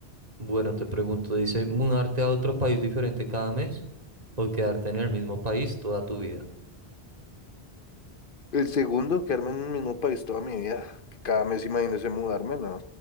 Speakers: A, on the right; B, on the left.
A: Bueno, te pregunto, dice, ¿mudarte a otro país diferente cada mes o quedarte en el mismo país toda tu vida?
B: El segundo, quedarme en el mismo país toda mi vida. Que cada mes imagínese mudarme, no.